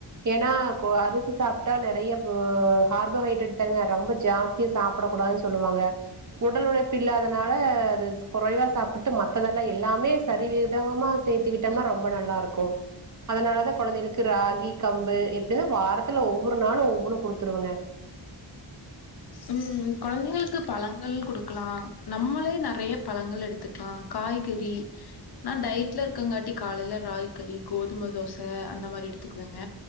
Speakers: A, on the right; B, on the left.
A: ஏன்னா கோ அரிசி சாப்பிட்டா நிறைய பே கார்போஹைட்ரேட் தாங்க ரொம்ப ஜாஸ்தி சாப்பிட கூடாதுன்னு சொல்லுவாங்க உடல் உழைப்பு இல்லாதனால அது குறைவா சாப்பிட்டு மத்ததெல்லாம் எல்லாமே சரிவிதமா சேர்த்துக்கிட் ம்ன்னா ரொம்ப நல்லாருக்கும் அதனால தான் கொழந்தைகளுக்கு ராகி கம்பு எப்டிதான் வாரத்துல ஒவ்வொரு நாளும் ஒவ்வொன்னு கொடுத்துருவங்க
B: ம் கொழந்தைங்களுக்கு பழங்கள் குடுக்கலாம் நம்மளே நெறைய பழங்கள் எடுத்துக்கலாம் காய்கறி நான் டயட்ல இருக்கங்காட்டி காலையில ராகிக்களி கோதும தோச அந்த மாறி எடுத்துக்குவேங்க